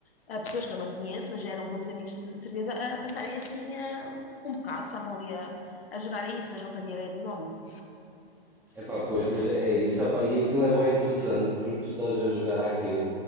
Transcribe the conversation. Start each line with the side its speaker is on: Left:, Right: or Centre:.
Left: a pessoas que eu não conheço, mas já era um grupo de amigos de certeza, a passarem assim a, um bocado, estavam ali a, a jogar a isso, mas não fazia ideia do nome.
Centre: Epá, pois, mas é é isso, opá, e aquilo é bem interessante porque tu estás a jogar àquilo